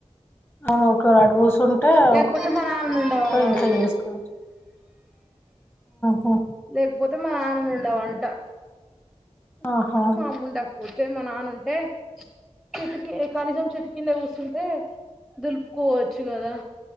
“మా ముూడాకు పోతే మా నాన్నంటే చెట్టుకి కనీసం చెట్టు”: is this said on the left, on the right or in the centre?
Centre